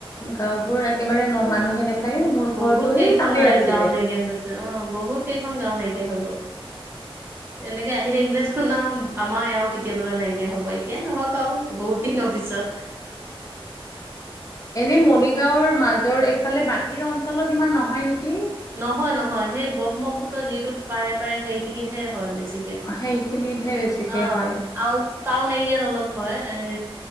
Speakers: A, on the left (about 35°); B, on the right (about 20°).
A: গাঁওবোৰ একেবাৰে ন মানুহে দেখাই মোৰ
B: বহুত
A: ঘৰটো
B: কেইখন
A: সেই তাতে
B: নাই
A: আছিলে।
B: গাঁও নাইকিয়া হৈ গৈছে অ' বহুত কেইখন গাঁও নাইকিয়া হৈ গ'ল। এনেকে আহি থাকিলে ন আমাৰ এয়াও কেতিয়াবালে নাইকিয়া হ'ব, এতিয়াই নহয় বাৰু বহুত দিনৰ পিছত।
A: এনে মৰিগাঁওৰ মাজৰ এইফালে বাকী অঞ্চলত ইমান নহয় নেকি?
B: নহয় নহয় সেই ব্ৰহ্মপুত্ৰ যিটো পাৰে পাৰে সেইখিনিতহে হয় বেচিকে।
A: সেইখিনিতহে
B: আৰু
A: বেছিকে হয়
B: টাউন এৰিয়াত অলপ হয়, এ